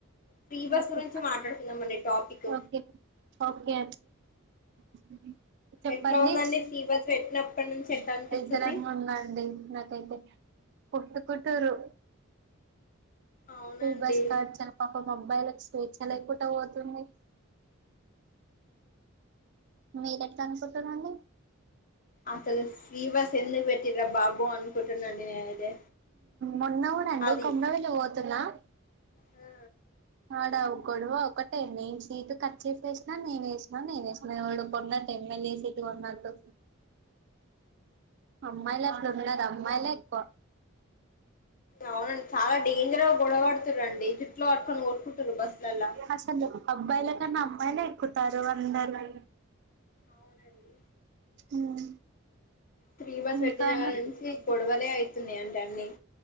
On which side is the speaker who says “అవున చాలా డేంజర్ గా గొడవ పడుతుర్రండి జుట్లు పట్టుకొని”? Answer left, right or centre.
Left